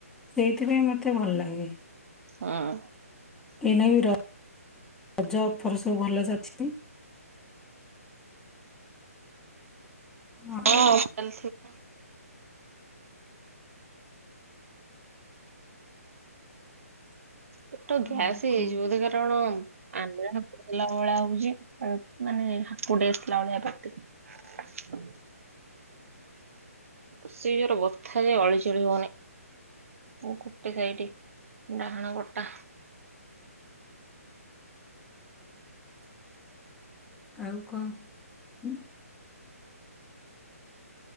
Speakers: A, in the centre; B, on the right.
A: ସେଇଥିପାଇଁ ମତେ ଭଲ ଲାଗେ।
B: ହଁ।
A: ଏଇନେବି ର ରଜ ଅଫର୍ ସବୁ ଭଲ ଯେ ଅଛି। ଆଉ
B: ହଁ ଚାଲିଥିବ। ପେଟ
A: ଆଉ
B: ଗ୍ୟାସ୍ ହେଇଯଇଛି
A: କଣ
B: ବୋଧେ
A: କୁହ?
B: କାରଣ ଆମ୍ବିଳା ହେଲା ଭଳିଆ ହଉଛି ଆ ମାନେ ହାକୁଟି ଆସିଲା ଭଳିଆ ପାଟିରୁ। କସିକି ଯୋରେ ବଥା ଯେ ଅଳି ଚଳି ହଉନି। ଏ ଗୋଟେ ସାଇଟି ଡାହାଣ ପଟା।
A: ଆଉ କଣ ଉଁ।